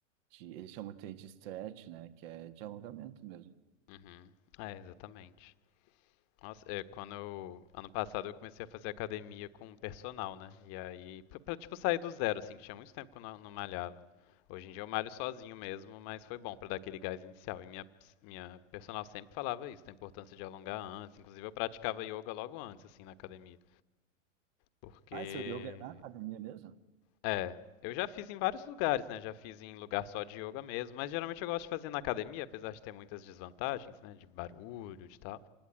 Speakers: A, on the right; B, on the left.
A: de eles chamam de treino de stretch, né? Que é de alongamento mesmo.
B: uhum, é, exatamente. Nossa, é, quando eu, ano passado eu comecei a fazer academia com personal, né? E aí, pra, pra, tipo sair do zero, assim, que tinha muito tempo que eu não, não malhava. Hoje em dia eu malho sozinho mesmo, mas foi bom pra dar aquele gás inicial. E minha, ps- minha personal sempre falava isso, da importância de alongar antes. Inclusive eu praticava yoga logo antes, assim, na academia. Porque,
A: Ah, e seu yoga é na academia mesmo?
B: é, eu já fiz em vários lugares, né? Já fiz em lugar só de yoga mesmo, mas geralmente eu gosto de fazer na academia, apesar de ter muitas desvantagens, né? De barulho, de tal.